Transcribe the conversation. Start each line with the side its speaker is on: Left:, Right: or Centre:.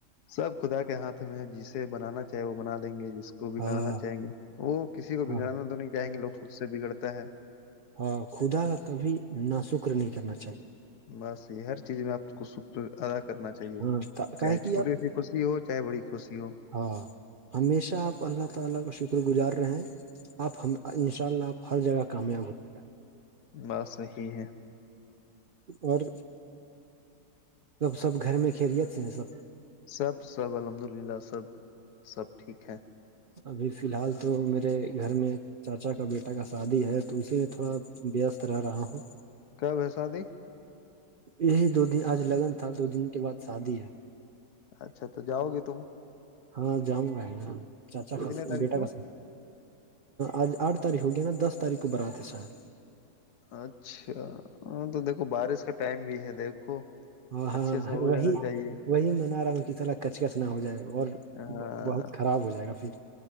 Left: سب خدا کے ہاتھ میں ہے جسے بنانا چاہے وہ بنا لیں گے جس کو کو بگڑنا
Right: ہاں
Left: چاہیں گے وہ کسی کو
Right: ہاں
Left: بگڑاننا تو نہیں چاہیں گے لوگ خود سے بگڑتا ہے
Right: ہاں خدا کا کبھی نا شکر نہیں کرنا چاہیے
Left: بس یہ ہر چیز میں آپ کو شکر ادا کرنا چاہیے
Right: ہاں
Left: چاہے
Right: کاے کہ
Left: چھوٹی
Right: آپ
Left: سی خسی ہو چاہے بڑی خسی ہو
Right: ہاں ہمیشہ اپ اللہ تعالی کا شکر گزار رہے ہیں آپ ہم ان شاء اللہ آپ ہر جگہ کامیاب ہوتے
Left: بس صحی ہے
Right: اور سب سب گھر میں کھیریت ہیں سب
Left: سب سب الحمد للہ سب سب ٹھیک ہے
Right: ابھی فی الحال تو میرے گھر میں چاچا کا بیٹا کا شادی ہے تو اسی میں تھوڑا ویست رہ رہا ہوں
Left: کب ہے شادی
Right: یہی دو دن آج لگن تھا دو دن کے بعد شادی ہے
Left: اچھا تو جاؤ گے تم
Right: ہاں جؤں گا ہے چاچا
Left: کتنے
Right: کے
Left: تاریخ
Right: بیٹا
Left: کو
Right: کس آج آٹھ تاریخ ہو گیا نا دس تاریخ کو براتے ساید
Left: اچھا ہاں تو دیکھو بارش کا ٹائم بھی ہے دیکھو
Right: ہاں
Left: اچھے سے ہو
Right: وہی
Left: جانا چاہیے
Right: وہی منا رہا ہوں ک طرح کچ کچ نہ ہو جائےا اور
Left: ہاں
Right: بہت خراب ہو جائے گا پھر